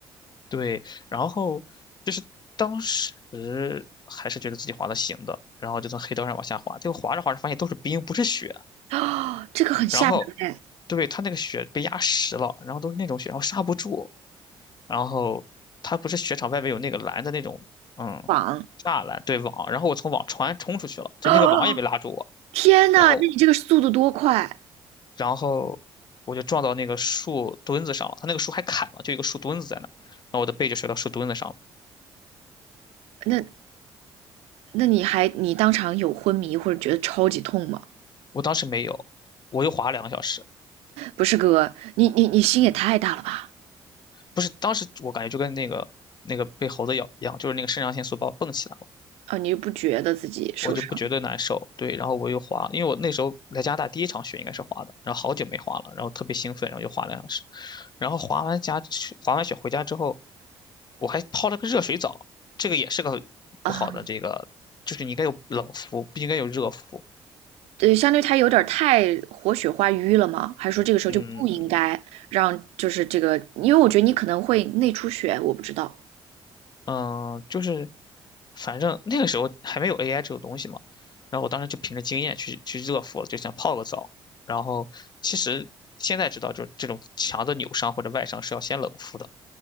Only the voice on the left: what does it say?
对，然后就是当时还是觉得自己滑的行的，然后就从黑道上往下滑，结果滑着滑着发现都是冰，不是雪。
然后，对，它那个雪被压实了，然后都是那种雪，然后刹不住。然后它不是雪场外面有那个蓝的那种，嗯，
栅栏对网，然后我从网船冲出去了，就那个网也没拉住我。
然后
然后我就撞到那个树墩子上了，他那个树还砍了，就一个树墩子在那儿，然后我的背就摔到树墩子上了。
我当时没有，我又滑了两个小时，
不是，当时我感觉就跟那个那个被猴子咬一样，就是那个肾上腺素把我蹦起来了。
我就不觉得难受。对，然后我又滑，因为我那时候来加拿大第一场雪应该是滑的，然后好久没滑了，然后特别兴奋，然后就滑了两小时，然后滑完家滑完雪回家之后，我还泡了个热水澡，这个也是个不好的，
这个就是你应该有冷敷，不应该有热敷。
嗯，
嗯，就是反正那个时候还没有 AI 这种东西嘛，然后我当时就凭着经验去去热敷了，就想泡个澡。然后其实现在知道，就是这种强的扭伤或者外伤是要先冷敷的，